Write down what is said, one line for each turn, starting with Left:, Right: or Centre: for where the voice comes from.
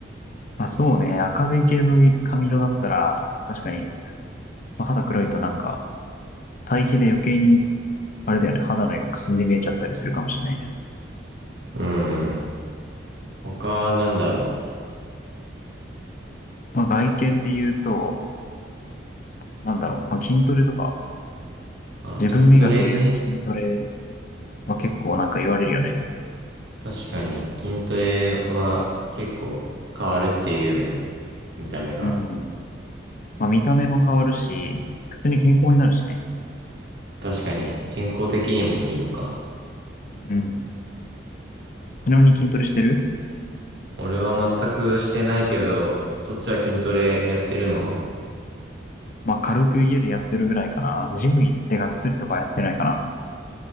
Left: まあ、そうね。明るい系の髪色だったら、確かに、まあ肌黒いとなんか、対比で余計に、あれだよね、肌の色くすんで見えちゃったりするかもしれないね。
Right: うんうん。他なんだろう。
Left: まあ、外見で言うと、なんだろう、まあ、筋トレとか、
Right: あ、
Left: 自分磨きで言うと筋トレ
Right: 筋トレね。
Left: は結構なんか言われるよね。
Right: 確かに筋トレは結構変わるっていうよね。見た目が。
Left: うん。まあ、見た目も変わるし、普通に健康になるしね。
Right: 確かに健康的にもいいのか。
Left: うん。ちなみに筋トレしてる
Right: 俺は全くしてないけど、そっちは筋トレやってるの
Left: まあ、軽く家でやってるぐらいかな。ジム行ってがっつりとかやってないかな。